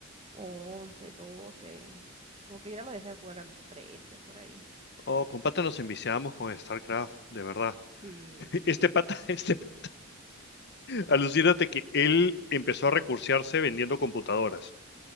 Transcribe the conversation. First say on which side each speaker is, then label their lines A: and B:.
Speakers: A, on the right; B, on the left.
A: once doce Como que ya lo dejé de jugar a los trece por ahí.
B: Oh, con pata nos enviciamos con StarCraft, de verdad.
A: Sí.
B: <laughs> Este pata, este <laughs> pata, alucínate que él empezó a recursearse vendiendo computadoras.